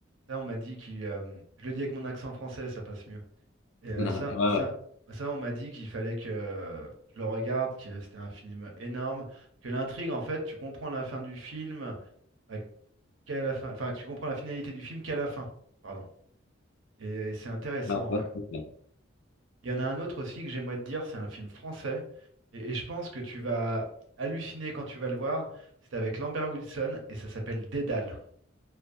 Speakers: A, on the right (about 75°); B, on the left (about 85°).
A: Ça, on m'a dit qu'il. euh, Je le dis avec mon accent français, ça passe mieux. Et
B: <laughs>
A: euh, ça,
B: Ouais,
A: ça,
B: ouais.
A: ça, on m'a dit qu'il fallait que je le regarde, que c'était un film énorme, que l'intrigue, en fait, tu comprends la fin du film, bah, qu'à la fin, enfin, que tu comprends la finalité du film qu'à la fin. Pardon. Et c'est intéressant,
B: Ah, bah,
A: ouais.
B: c'est ça.
A: Il y en a un autre aussi que j'aimerais te dire, c'est un film français. Et, et je pense que tu vas halluciner quand tu vas le voir. C'est avec Lambert Wilson et ça s'appelle Dédale.